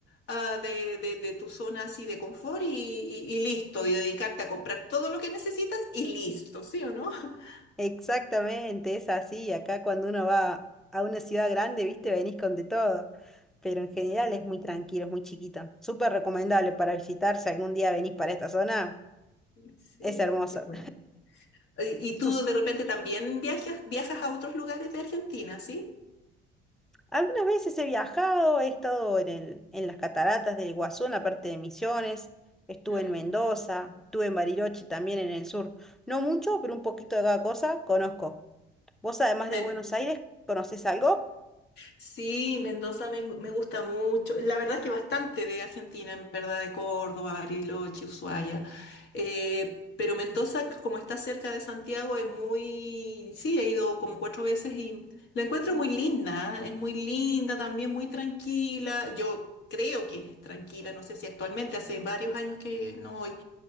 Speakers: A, on the left; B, in the centre.
A: ah, de, de- de tu zona así de confort y, y- y listo, y dedicarte a comprar todo lo que necesitas y listo, ¿sí o no? <laughs>
B: Exactamente, es así. Acá cuando uno va a una ciudad grande, ¿viste? Venís con de todo. Pero en general
A: Mm,
B: es muy tranquilo, es muy chiquito. Súper recomendable para visitar si algún día venís para esta zona.
A: Sí,
B: Es hermoso.
A: qué bueno. ¿Y
B: <laughs>
A: y tú
B: ¿Tú,
A: de repente también viajas, viajas a otros lugares de Argentina, sí?
B: Algunas veces he viajado, he estado en el, en las cataratas del Iguazú, en la parte de Misiones, estuve
A: Mm.
B: en Mendoza, estuve en Bariloche también en el sur. No mucho, pero un poquito de cada cosa conozco. Vos, además
A: Men-
B: de Buenos Aires, ¿conocés algo?
A: sí, Mendoza me, me gusta mucho. La verdad es que bastante de Argentina, en verdad, de Córdoba, Bariloche, Ushuaia. Eh, pero Mendoza, como está cerca de Santiago, es muy... Sí, he ido como cuatro veces y la encuentro muy linda. ¿eh? Es muy linda, también muy tranquila. Yo creo que es tranquila, no sé si actualmente, hace varios años que no voy.